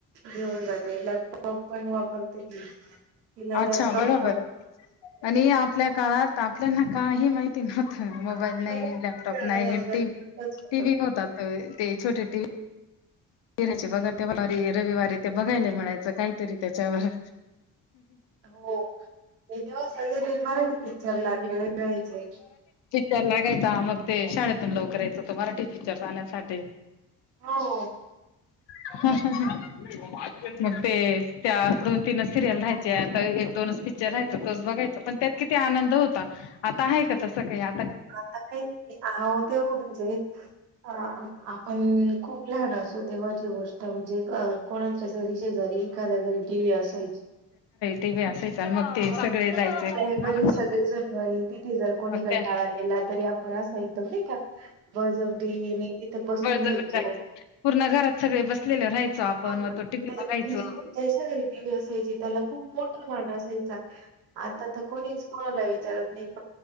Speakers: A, on the right; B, on the left.
A: घेऊन जाते लॅपटॉप पण वापरते ती तिला लॅपटॉप
B: अच्छा बरोबर. आणि आपल्या काळात आपल्याना काही माहित थ मोबाईल
A: खेळण्या
B: नाही, लॅपटॉप नाही,
A: वगैरे
B: टी
A: होतं.
B: टीव्ही नव्हता, ते छोटे टीव्ही हिराची बघा त्यावारी रविवारी ते बघायला मिळायचं काहीतरी त्याच्यावर.
A: हो ते तेव्हा ते सगळे मराठी पिकच्चर लागले जायच <unintelligible>
B: क्चर लागायचा मग ते शाळेतून लवकर येयचो तो मराठी पिक्चर पाहण्यासाठी
A: हो.
B: हम्म हम्म हं मग ते त्या दोन तीनच सिरियल राहायचा तर एक दोनच पिक्चर राहायच तोच बघायच पण त्यात किती आनंद हो. <unintelligible> आता आहेका तसं काही आ
A: आता काहीच नाही अ आ मं तेंव्हा म्हणजे अ आ. आपण खूप लहान असो तेव्हाची गोष्ट म्हणजे क कोणाच्यातरी शेजारी एखाद्या घरी टीव्ही असायची.
B: ट व अस यच मग ते <unintelligible> मग
A: त्या सगळे. हारी ते त जर कोणी कंटाळा
B: त्या
A: केला तरी आपण असा एकदम नाही का बजवडी म तिथे बसून
B: बळजबरी
A: राहायचो.
B: जायचं पूर्ण घरात सगळे बसलेले राहायचो आपण
A: हा
B: मग
A: म्हणजे
B: तो टीव्ही बघायचो
A: त्याच्या घरी टी व्ही असायची त्याला खूप मोठ माण असायचा आता तर कोणीच कोणाला विचाराय. <unintelligible>